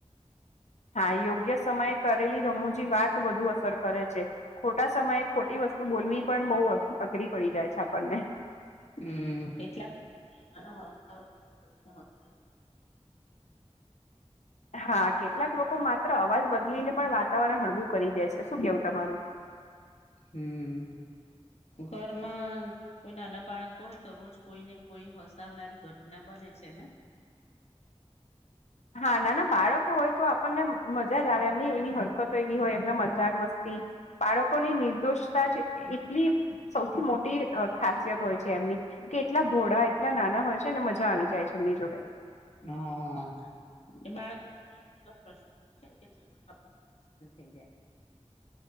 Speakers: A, on the left; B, on the left.
A: હા યોગ્ય સમયે કરેલી રમૂજી વાત વધુ અસર કરે છે. ખોટા સમયે ખોટી વસ્તુ બોલવી પણ બહુ અઘરી પડી જાય છે આપણને
B: હમ્મ કેટલાક લોકો છે ના <unintelligible>
A: હા કેટલાક લોકો માત્ર અવાજ બદલીને પણ વાતાવરણ હળવું કરી દે છે શું કેવું તમારું
B: હમ્મ ઘરમાં કોઈ નાના બાળકો હોય તો રોજ કોઈને કોઈ હસાવનારી ઘટના બને છે ને
A: હા ના ના બાળકો હોય તો આપણને મજા જ આવે એમની એવી હરકતો એવી હોય એમને મજાક મસ્તી બાળકોની નિર્દોષતા જ એટલી સૌથી મોટી તે ખાસિયત હોય છે એમની કે એટલા ભોળા એટલા નાના હોય છે અને મજા આવી જાય છે એમની જોડે
B: હા બાળકો તો કે એવા પ્રશ્ન પૂછશે ને કે જવાબ આપો થઈ જાય